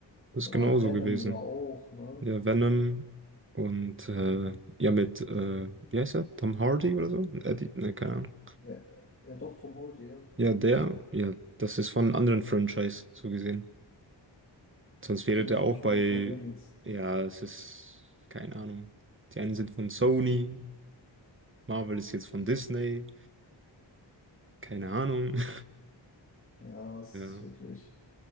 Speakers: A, on the right; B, on the left.
A: ist
B: Oder
A: genauso
B: halt Venom
A: gewesen.
B: ja auch, ne?
A: Ja, Venom und äh, ja, mit, äh, wie heißt er? Tom Hardy oder so? Eddie, ne, keine Ahnung.
B: Ja, ja doch, Tom Hardy, ja.
A: Ja, der, ja, das ist von einem anderen Franchise so gesehen. Sonst
B: Das finde
A: wäre der
B: ich
A: auch
B: manchmal
A: bei,
B: so verwirrend.
A: ja, es ist, keine Ahnung. Die einen sind von Sony, Marvel ist jetzt von Disney, keine Ahnung. <laughs>
B: Ja, das
A: Ja,
B: ist wirklich.